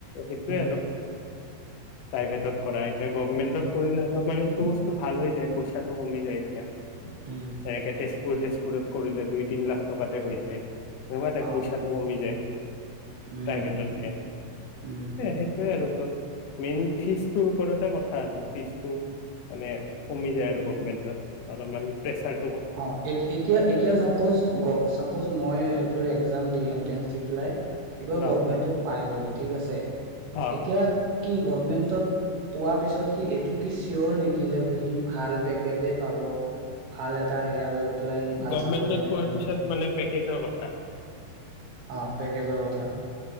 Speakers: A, on the left (about 80°); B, on the right (about 75°).
A: সেইটোৱে
B: উম
A: আৰু। প্ৰাইভেটত কৰা এতিয়া চৰকাৰীত কৰিলে অলপমান এইটো বস্তু ভাল হৈ যায় পইচাটো কমি যায় এতিয়া।।
B: উম
A: এনেকে তেজপুৰ। দুৰত কৰিলে দুই তিনি লাখ টকাতে হৈ যায়। সেনেকোৱা টাইপ
B: অ
A: পইচাটো কমি যায়
B: উম
A: প্ৰাইভেটতকে
B: উম উম
A: সেইটোয়ে আৰু। মেইন ফিজটোৰ ওপৰতে কথা আৰু ফিজটো মানে। কমি যায় আৰু গভমেণ্টত। আৰু মানে। প্ৰেছাৰ।
B: অ', এত-এতিয়া-এতিয়া চাপজ গ-চাপজ মই এইটোৰ একজাম দি, এন্ট্ৰেন্স দি পেলাই <unintelligible>
A: ন
B: গভমেন্টত পাই গ'লো ঠিক আছে,
A: অ
B: এতিয়া কি গভমেন্টত পোৱা পিছত কি এইটো কি চিয়ৰ নেকি যে সি ভাল পেকেজে পাব। ভাল এট- তা সেইয়া লৈ পেলাই সি ভাল
A: গভমেণ্টত
B: চাকৰি এটাই
A: পোৱাৰ
B: পাব
A: পিছত মানে পেক কেছৰ কথা।
B: অ', পেকেজৰ কথা